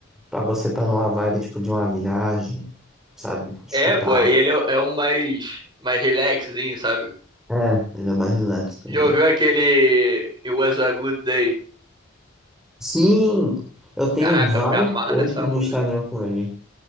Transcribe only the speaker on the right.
É, pô, e ele é, é um mais, mais relaxzinho, sabe?
Já
ouviu aquele It Was a Good Day?
Caraca,
me amarra
nessa
música.